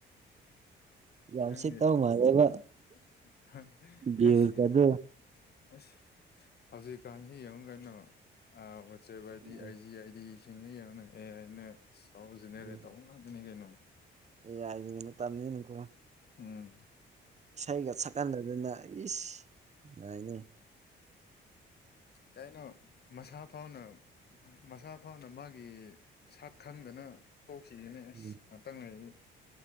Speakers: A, on the right (about 35°); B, on the left (about 55°).
A: ꯌꯥꯝ
B: ꯍꯦ
A: ꯁꯤꯠꯇꯧ ꯃꯥꯜꯂꯦꯕ
B: <inaudible>
A: ꯚ꯭ꯌꯨꯁꯀꯗꯣ
B: ꯑꯁ ꯑꯁ ꯍꯧꯖꯤꯛꯀꯥꯟꯁꯤ ꯌꯦꯡꯉ ꯀꯩꯅꯣ ꯋꯥꯆꯦꯞ ꯍꯥꯏꯗꯤ
A: ꯎꯝ
B: ꯑꯩꯖꯤ ꯑꯥꯏꯗꯤ ꯁꯤꯡꯉꯤ ꯌꯦꯡꯅ ꯑꯦ ꯑꯩꯅ ꯆꯥꯎꯔꯨꯁꯤꯅꯦꯔꯦ
A: ꯎꯝ
B: <inaudible> ꯇꯧꯕ ꯉꯥꯛꯇꯅꯤ ꯀꯩꯅꯣ
A: ꯑꯦ ꯌꯥꯏꯒꯤ ꯃꯇꯝ ꯅꯤꯅꯀꯣ
B: ꯎꯝ
A: ꯏꯁꯩꯒ ꯁꯛꯀꯟꯗꯗꯅ ꯏꯁ ꯌꯥꯥꯏꯅꯦ
B: ꯀꯩꯅꯣ ꯃꯁꯥ ꯐꯥꯎꯅ ꯃꯁꯥ ꯑꯐꯥꯎꯅ ꯃꯥꯒꯤ ꯁꯛ ꯈꯪꯗꯅ ꯇꯣꯛꯁꯤꯅꯤꯅꯦ ꯑꯁ
A: ꯎꯝ
B: ꯉꯥꯇꯪ ꯂꯩꯔꯗꯤ